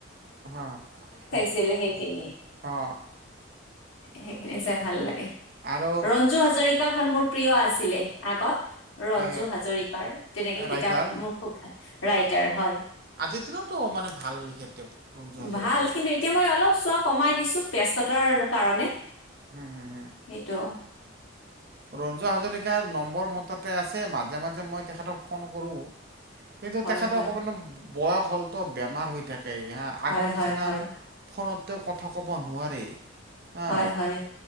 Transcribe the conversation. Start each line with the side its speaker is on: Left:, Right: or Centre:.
Right: <unintelligible>
Left: ছেলে সেইখিনি
Right: অ',
Left: সেইখিনি চাই ভাল লাগে,
Right: আৰু
Left: ৰঞ্জু হাজৰিকা খন মোৰ প্ৰিয় আছিলে আগত। ৰঞ্জু
Right: এ
Left: হাজৰিকাৰ তেনেকে
Right: ৰাইটাৰ
Left: কিতাপ মোৰ খুব ভাল ৰাইটাৰ হয়।
Right: যি দিন ত মানে ভাল লিখে তেওঁ ৰঞ্জু হাজৰিকাই।
Left: ভাল কিন্তু এতিয়া মই অলপ চোৱা কমাই দিছোঁ। ব্যস্ততাৰ কাৰণে
Right: হম, হম, হম।
Left: এইটো
Right: ৰঞ্জু হাজৰিকাৰ নম্বৰ মোৰ তাতে আছে মাজে মাজে মই তেখেতক ফোন কৰোঁ। সেইটো
Left: হয়
Right: তেখেতৰ
Left: হয়
Right: অকমান বয়স হ'লতো বেমাৰ হৈ থাক সেই হা
Left: হয়
Right: আগৰ
Left: হয়
Right: নিচিনা
Left: হয়
Right: ফোনত তেওঁ কথা ক'ব নোৱাৰে। হা
Left: হয় হয়